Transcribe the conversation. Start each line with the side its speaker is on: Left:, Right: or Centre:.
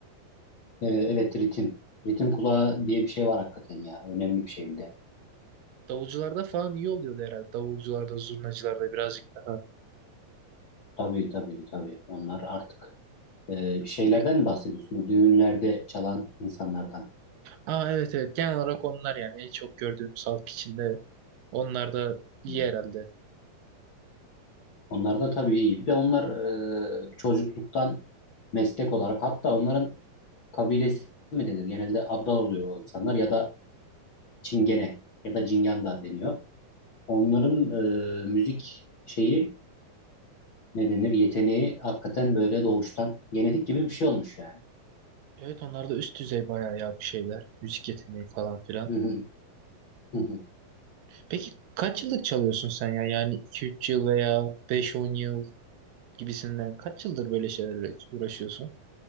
Left: E, evet ritim. Ritim kulağı diye bir şey var hakikaten ya. Önemli bir şey bir de.
Right: Davulcularda falan iyi oluyordu herhalde. Davulcularda, zurnacılarda birazcık daha.
Left: Tabii tabii tabii. Onlar artık e, şeylerden
Right: Peki.
Left: mi bahsediyorsun? Bu düğünlerde çalan insanlardan.
Right: Aa evet evet genel olarak onlar yani en çok gördüğümüz halk içinde Onlar da iyi
Left: Hmm.
Right: herhalde.
Left: Onlar da tabii iyi. Bir de onlar e, çocukluktan meslek olarak hatta onların kabilesi mi denir? Genelde abdal oluyor o insanlar ya da çingene ya da cingan da deniyor. Onların e, müzik şeyi ne denir? Yeteneği hakikaten böyle doğuştan genetik gibi bir şey olmuş yani.
Right: Evet onlar da üst düzey bayağı ya bu şeyler. Müzik yeteneği falan filan.
Left: Hı hı, hı hı.
Right: Peki kaç yıllık çalıyorsun sen ya? Yani iki üç yıl veya beş on yıl gibisinden kaç yıldır böyle şeylerle uğraşıyorsun?